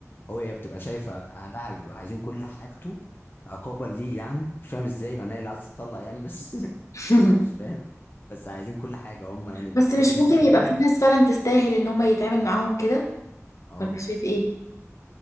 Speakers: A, on the left; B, on the left.
A: هو هي بتبقى شايفه اهلها بيبقوا عايزين كل حاجته عقابا ليه يعني مش فاهم ازاي معناها اللي عايز تطلق يعني بس <laughs>
B: <laughs>
A: مش فاهم بس عايزين كل حاجه هم يعني
B: بس
A: كل
B: مش
A: اللي مكتوب
B: ممكن
A: في
B: يبقى
A: القايمه
B: في ناس فعلا تستاهل ان هم يتعامل معاهم كده
A: اه
B: ولا شايف ايه